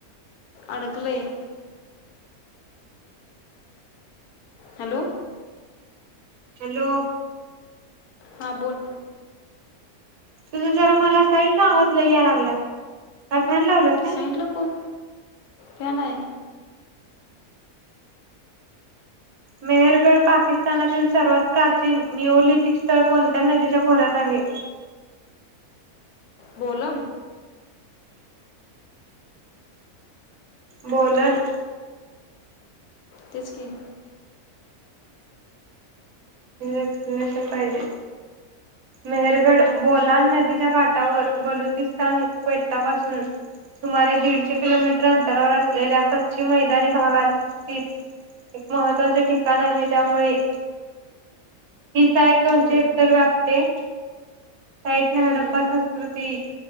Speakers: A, on the left (about 85°); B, on the right (about 80°).
A: अडकलय हॅलो
B: हॅलो
A: हा बोल
B: तुझा जरा मला साईडचा आवाजला लय याला लागलाय फॅन लावलास का
A: साईटला कोण... फॅन आहे.
B: मेहरगड पाकिस्तानातील सर्वात प्राचीन निओलिथिक स्थळ कोणत्या नदीच्या खोऱ्यात आहे?
A: बोलम
B: बोलण...
A: तेच की
B: एक्सप्लेनेशन पाहिजे.. मेहरगड बोलान नदीच्या कााटावर बलुचिस्तान को्वेटा पाासून सुमारे दीडशे किलोमीटर अंतरावर असलेल्या कच्ची मैदानी भागातित एक महत्वाचे ठिकाण आहे त्यामुळे.... ती साईड दोनशे
A: हम्म,
B: हेक्टर व्यापते... साईटने हडप्पा
A: हम्म.
B: संस्कृती